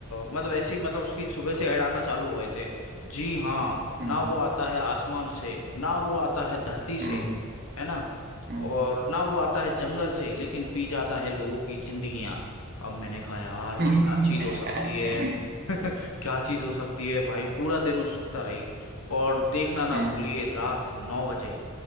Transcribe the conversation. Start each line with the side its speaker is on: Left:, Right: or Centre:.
Left: मतलब ऐसी मतलब उसकी सुबह से ऐड आना चालू हो गए थे जी हाँ
Right: हम्म
Left: ना वो आता है आसमान से ना वो आता है धरती से
Right: हम्म
Left: है ना
Right: हम्म
Left: और ना वो आता है जंगल से लेकिन पी जाता है लोगों की जिंदगियां अब मैंने कहा यार
Right: <laughs>
Left: क्या चीज हो सकती है <laughs> क्या चीज हो सकती है भाई पूरा दिन उत्सुकता रही और देखना ना
Right: हम्म,
Left: भूलिए रात नौ बजे